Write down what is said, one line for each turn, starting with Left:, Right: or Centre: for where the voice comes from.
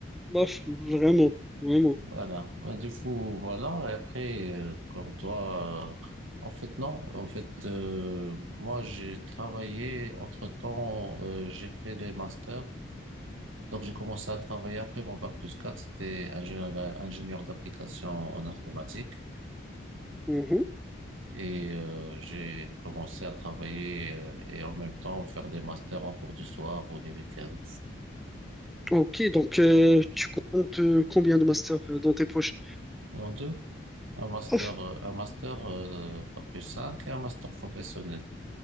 Centre: Bof, vraiment. Vraiment.
Right: Voilà. Bah, Du coup, voilà. Et après, euh, comme toi, euh, en fait, non. En fait, euh, moi, j'ai travaillé. Entre-temps, euh, j'ai fait des masters. Donc, j'ai commencé à travailler après mon bac plus quatre, C'était ingénieur, ingénieur d'application en informatique.
Centre: Mhm.
Right: Et euh, j'ai commencé à travailler euh, et en même temps faire des masters en cours du soir ou des week-ends.
Centre: Ok, donc euh, tu comptes euh, combien de masters euh, dans tes poches?
Right: En deux, un master,
Centre: Ouf.
Right: euh, un master euh, bac plus 5 et un master professionnel.